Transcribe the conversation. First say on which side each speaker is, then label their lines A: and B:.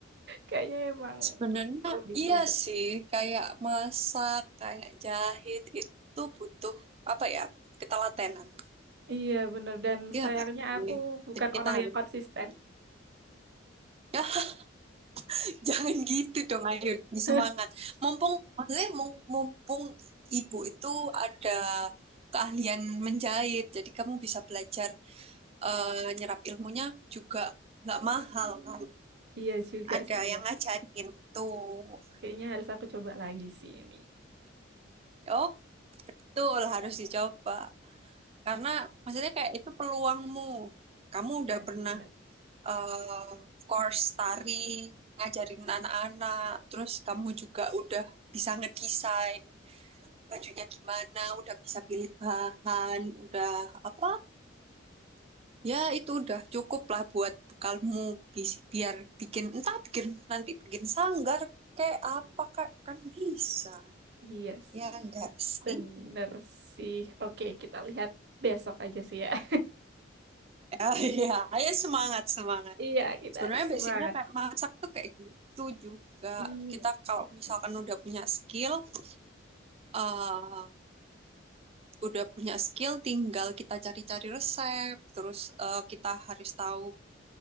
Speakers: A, on the right; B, on the right.
A: Kayaknya emang
B: Sebenarnya
A: perlu dicoba.
B: iya sih, kayak masak, kayak jahit itu butuh apa ya? Ketelatenan.
A: Iya, bener. Dan
B: Iya
A: sayangnya
B: enggak?
A: aku bukan
B: Jadi kita
A: orang yang konsisten.
B: ya, <laughs> jangan gitu dong, ayo semangat.
A: <laughs>
B: Mumpung maksudnya mum- mumpung ibu itu ada keahlian menjahit, jadi kamu bisa belajar eh, nyerap ilmunya juga nggak mahal kan.
A: Iya juga
B: Ada
A: sih ya.
B: yang ngajarin tuh.
A: Kayaknya harus aku coba lagi sih ini.
B: Oh, betul harus dicoba. Karena maksudnya kayak itu peluangmu. Kamu udah
A: Iya
B: pernah
A: sih, bener.
B: eh, course tari, ngajarin anak-anak, terus kamu juga udah bisa ngedesain bajunya gimana, udah bisa pilih bahan, udah apa? Ya itu udah cukup lah buat bekalmu bis- biar bikin entah bikin nanti bikin sanggar kayak apa kak kan bisa
A: Iya sih.
B: ya enggak sih
A: Bener sih. Oke, kita lihat besok aja sih ya. <laughs>
B: <laughs> ya ya ayo semangat semangat
A: Iya, kita
B: Sebenarnya
A: harus
B: basicnya
A: semangat.
B: kayak masak tuh kayak gitu juga.
A: Iya
B: Kita kalau
A: sih.
B: misalkan
A: Bener
B: udah punya skill, eh udah punya skill, tinggal kita cari-cari resep. Terus eh, kita harus tahu